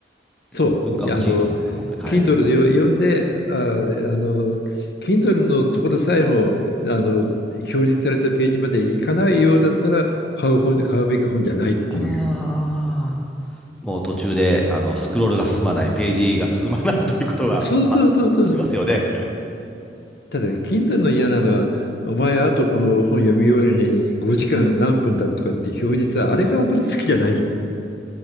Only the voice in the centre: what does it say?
自分が欲しいと思ったもんで、
はい。
ああ、もう途中で、あの、スクロールが進まない、ページが進まない <laughs> ということが、
まあ、ありますよね。